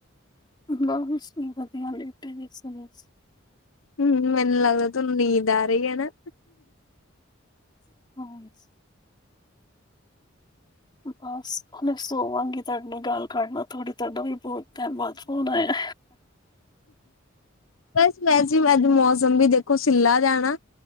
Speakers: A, on the left; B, on the left.
A: <unintelligible>
B: ਹੂੰ, ਉਂ ਮੈਨੂੰ ਲੱਗਦਾ ਤੁਹਾਨੂੰ ਨੀਂਦ ਆ ਰਹੀ ਆ, ਨਾ?
A: <unintelligible> ਬਸ, ਹੁਣ ਸੋਵਾਂਗੀ ਤੁਹਾਡੇ ਨਾਲ ਗੱਲ ਕਰਲਾ ਥੋੜੀ। ਤੁਹਾਡਾ ਵੀ, ਬਹੁਤ ਟਾਇਮ ਬਾਦ ਫ਼ੋਨ ਆਇਆ।
B: ਬਸ ਵੈਸੇ, ਅੱਜ ਮੌਸਮ ਵੀ ਦੇਖੋ, ਸਿੱਲਾ ਜਾ ਰੈਣਾ।